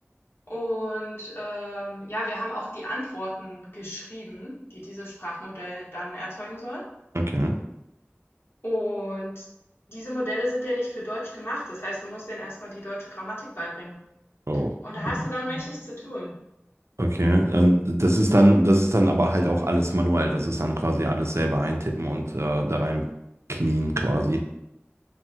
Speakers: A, on the left; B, on the right.
A: Und, ähm, ja, wir haben auch die Antworten geschrieben, die dieses Sprachmodell dann erzeugen soll.
B: okay.
A: Und diese Modelle sind ja nicht für Deutsch gemacht. Das heißt, du musst denen erst mal die deutsche Grammatik beibringen.
B: Oh,
A: Und da hast
B: Okay.
A: du dann mächtig zu tun.
B: Okay, und das ist dann, das ist dann aber halt auch alles manuell. Das ist dann quasi alles selber eintippen und äh, da rein knien quasi.